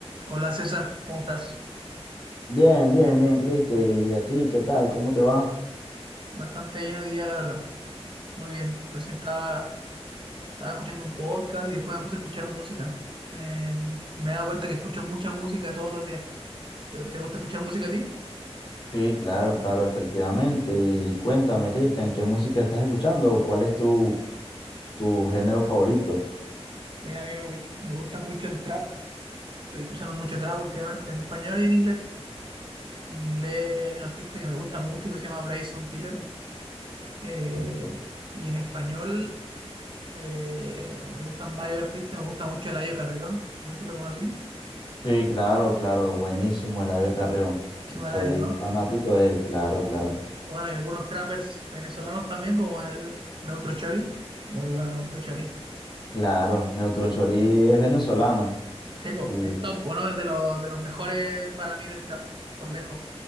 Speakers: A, on the right; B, on the left.
A: Hola César, ¿cómo estás?
B: Bien, bien, bien, Cristi. ¿Y a ti qué tal? ¿Cómo te va?
A: Bastante bien hoy día, la verdad. Muy bien. Recién estaba, estaba escuchando un podcast y después me puse a escuchar música. Eh, me he dado cuenta que escucho mucha música todos los días. ¿Te, te gusta escuchar música a ti?
B: Sí, claro, claro, efectivamente. Y cuéntame, Cristian, ¿qué música estás escuchando? ¿Cuál es tu, tu género favorito?
A: Mira, a mí me, gu- me gusta mucho el trap. Estoy escuchando mucho trap últimamente en español y en inglés. En inglés hay un artista que me gusta mucho que se llama Bryson Tiller. Eh,
B: Ok.
A: y en español eh, me gustan varios artistas. Me gusta mucho Eladio Carrión. No sé si lo conocí.
B: Sí, claro, claro, buenísimo, Eladio Carrión.
A: Se llama
B: Soy
A: Eladio, ¿no?
B: fanático de él, claro, claro.
A: Bueno, hay algunos trappers venezolanos también, como el Neutro Chori. Muy bueno Neutro Chori.
B: Claro, Neutro Chorí es venezolano.
A: Sí, po,
B: Y
A: es top, bueno, es de los, de los mejores para mí del trap, por lejos.